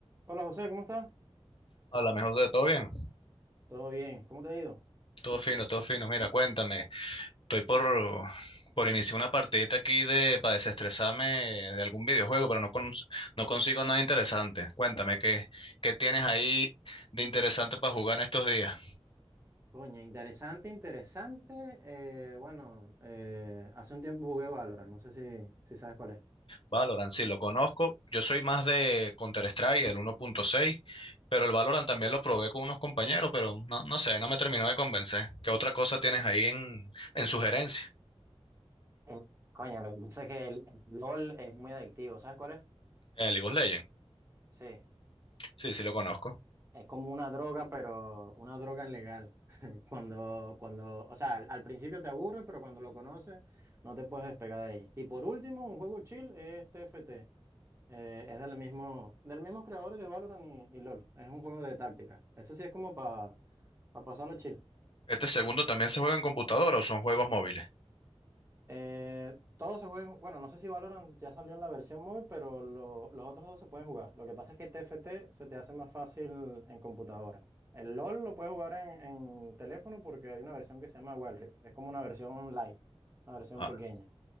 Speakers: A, on the right (about 25°); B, on the left (about 55°).
A: Hola José, ¿cómo estás?
B: Habla mejor de todo bien.
A: Todo bien, ¿cómo te ha ido?
B: Todo fino, todo fino. Mira, cuéntame. Estoy por, por iniciar una partidita aquí de para desestresarme de algún videojuego, pero no, cons- no consigo nada interesante. Cuéntame, ¿qué, qué tienes ahí de interesante para jugar en estos días?
A: Coña, interesante, interesante. Eh, bueno, eh, hace un tiempo jugué Valorant, no sé si, si sabes cuál es.
B: Valorant, sí, lo conozco. Yo soy más de Counter-Strike, el 1.6, pero el Valorant también lo probé con unos compañeros, pero no, no sé, no me terminó de convencer. ¿Qué otra cosa tienes ahí en, en sugerencia?
A: Eh, Coño, lo que pasa es que el, el LOL es muy adictivo, ¿sabes cuál es?
B: El League of Legends.
A: Sí,
B: Sí, sí, lo conozco.
A: es como una droga, pero una droga legal. <laughs> Cuando, cuando, o sea, al, al principio te aburre, pero cuando lo conoces no te puedes despegar de ahí. Y por último, un juego chill es TFT. Eh, es del mismo, del mismo creador de Valorant y, y LOL. Es un juego de táctica. Ese sí es como para pasarlo chill.
B: ¿Este segundo también se juega en computadora o son juegos móviles?
A: Eh, todos se juegan, bueno, no sé si Valorant ya salió en la versión móvil, pero lo- los otros dos se pueden jugar. Lo que pasa es que TFT se te hace más fácil en computadora. El LOL lo puedes jugar en, en teléfono porque hay una versión que se llama Wild Rift. Es como una versión light, una versión
B: Ah,
A: pequeña.